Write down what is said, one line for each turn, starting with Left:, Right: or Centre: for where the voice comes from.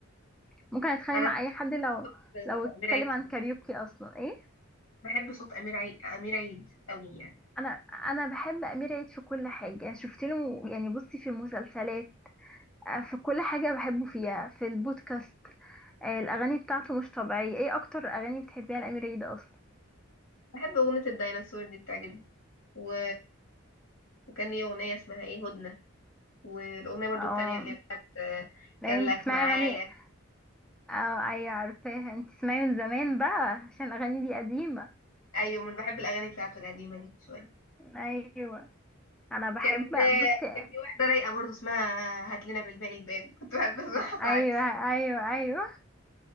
Centre: ممكن اتخانق
Left: انا
Centre: مع
Left: بحب
Centre: اي حد لو
Left: صوت آه،
Centre: لو اتكلم
Left: امير عيد
Centre: عن
Left: قوي
Centre: كاريوكي اصلا ايه
Left: بحب صوت امير عيد امير عيد قوي يعني
Centre: انا انا بحب امير عيد في كل حاجه يعني شفت له يعني بصي في المسلسلات أه، في كل حاجه بحبه فيها في البودكاست أه، الاغاني بتاعته مش طبيعيه ايه اكتر اغاني بتحبيها لامير عيد اصلا
Left: بحب اغنيه الديناصور دي بتعجبني و... وكان ليه اغنيه اسمها ايه هدنه والاغنيه برضو
Centre: اه
Left: التانية اللي هي بتاعت آه، كان
Centre: دايما
Left: لك
Centre: بتسمعي
Left: معايا
Centre: اغاني اه ايوه عارفاها انت تسمعي من زمان بقى عشان الاغاني دي قديمة
Left: ايوه من بحب الاغاني بتاعته القديمه دي شويه
Centre: ايوه انا بحب
Left: كان آه،
Centre: بصي
Left: كان في واحده رايقه برضو اسمها هات لنا بالباقي البان كنت بحب اسمعها
Centre: ايوه
Left: ساعات
Centre: ايوه ايوه